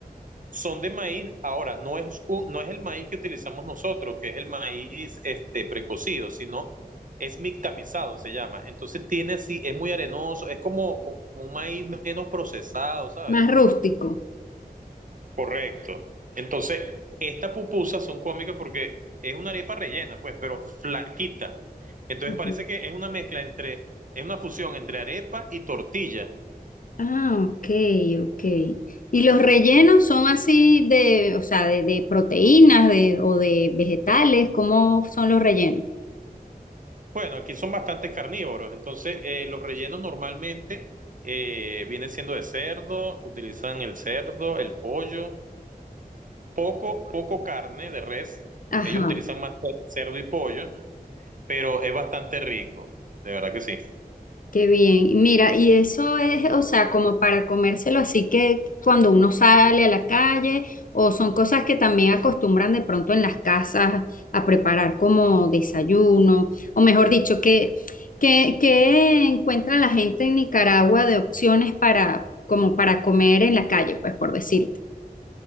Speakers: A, on the right; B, on the left.
A: Son de maíz, ahora no es, un- no es el maíz que utilizamos nosotros, que es el maíz este, precocido, sino es mictamizado, se llama. Entonces tiene así, es muy arenoso, es como, como un maíz menos procesado, ¿sabes?
B: más rústico.
A: Correcto. Entonces, estas pupusas son cómicas porque es una arepa rellena, pues, pero flaquita. Entonces
B: Ajá.
A: parece que es una mezcla entre, es una fusión entre arepa y tortilla.
B: Ah, ok, ok. ¿Y los rellenos son así de, o sea, de, de proteínas de, o de vegetales? ¿Cómo son los rellenos?
A: Bueno, aquí son bastante carnívoros, entonces eh, los rellenos normalmente eh, vienen siendo de cerdo, utilizan el cerdo, el pollo, poco, poco carne de res,
B: Ajá.
A: ellos utilizan más cer- cerdo y pollo, pero es bastante rico, de verdad que sí.
B: Qué bien. Mira, y eso es, o sea, como para comérselo así que cuando uno sale a la calle, o son cosas que también acostumbran de pronto en las casas a preparar como desayuno, o mejor dicho, que, que, que encuentra la gente en Nicaragua de opciones para, como para comer en la calle, pues por decirte.